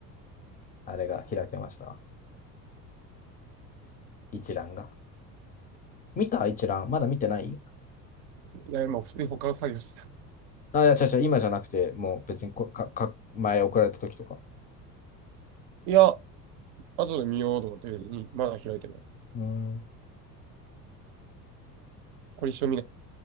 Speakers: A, on the left; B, on the right.
A: あれが開けました。一覧が。見た一覧。まだ見てない
B: いや、今、普通に他の作業してた。
A: あ、いや、違うちゃ今じゃなくて、もう別にこかか前送られた時とか。
B: いや、後で見ようと思って別に、まだ開いてない。
A: うーん。
B: これ一生見ない。